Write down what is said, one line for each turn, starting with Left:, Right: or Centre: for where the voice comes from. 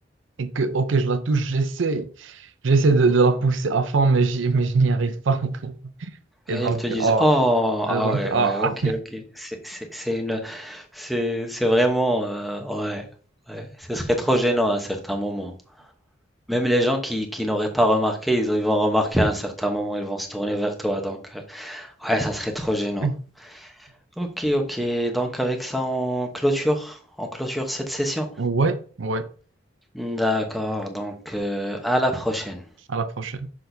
Right: et que, ok, je la touche, j'essaie, j'essaie de, de la pousser à fond, mais j'y- mais je n'y arrive pas. <laughs> Et
Centre: Et
Right: donc,
Centre: ils te disent,
Right: oh,
Centre: oh, ah
Right: Et donc,
Centre: ouais,
Right: ah.
Centre: ouais, ok, ok. C'est c'est- c'est une C'est, c'est vraiment, euh, ouais, ouais. Ce serait trop gênant à un certain moment. Même les gens qui, qui n'auraient pas remarqué, ils, ont- ils vont remarquer à un certain moment, ils vont se tourner vers toi. Donc, euh, ouais, ça serait trop
Right: <laughs>
Centre: gênant. Ok, ok. Donc, avec ça, on clôture, on clôture cette session.
Right: Ouais, ouais,
Centre: D'accord. Donc, euh, à la prochaine.
Right: à la prochaine.